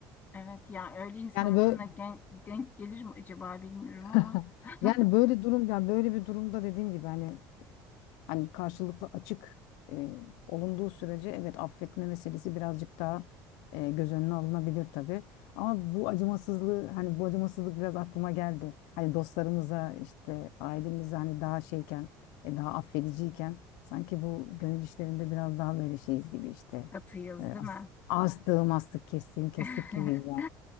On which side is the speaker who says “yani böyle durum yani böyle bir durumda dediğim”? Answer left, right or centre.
Left